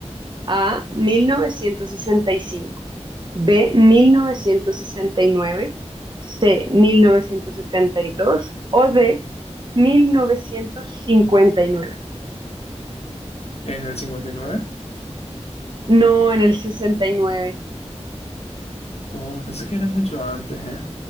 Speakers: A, on the right; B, on the left.
A: A, 1965, B, 1969, C, 1972 O D, 1959.
B: ¿En el 59?
A: No, en el 69.
B: Oh, pensé que era mucho antes, ¿eh?